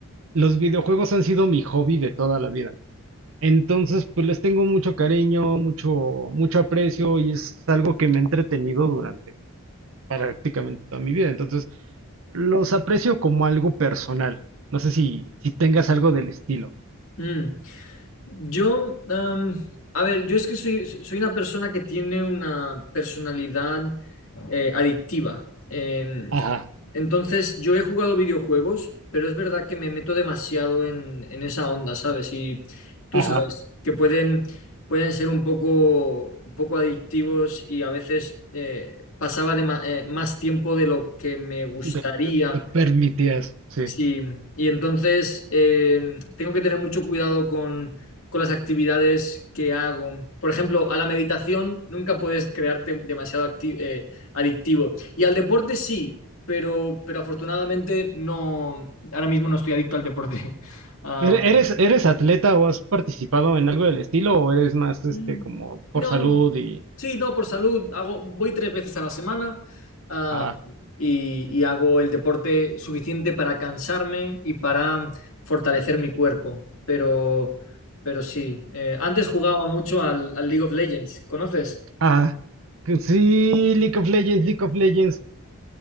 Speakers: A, on the right; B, on the left.
A: los videojuegos han sido mi hobby de toda la vida. Entonces, pues les tengo mucho cariño, mucho, mucho aprecio y es algo que me ha entretenido durante prácticamente toda mi vida. Entonces, los aprecio como algo personal. No sé si, si tengas algo del estilo.
B: Mm. Yo, am, a ver, yo es que soy, soy una persona que tiene una personalidad eh, adictiva. Em,
A: Ajá,
B: Entonces, yo he jugado videojuegos, pero es verdad que me meto demasiado en, en esa onda, ¿sabes? Y tú
A: ajá,
B: sabes que pueden, pueden ser un poco, un poco adictivos y a veces eh, pasaba de ma- eh, más tiempo de lo que me gustaría
A: de lo que te permitías, sí.
B: Sí, y entonces eh, tengo que tener mucho cuidado con, con las actividades que hago. Por ejemplo, a la meditación nunca puedes crearte demasiado acti- eh, adictivo. Y al deporte sí, pero, pero afortunadamente no, ahora mismo no estoy adicto al deporte. <laughs>
A: ¿Ere- ¿Eres, eres atleta o has participado en algo del estilo o eres más este
B: Mm,
A: como por
B: No,
A: salud y
B: sí, no, por salud. Hago, voy tres veces a la semana, ah,
A: ah,
B: y, y hago el deporte suficiente para cansarme y para fortalecer mi cuerpo. Pero, pero sí, eh, antes jugaba mucho al, al League of Legends. ¿Conoces?
A: ah, que sí, League of Legends, League of Legends.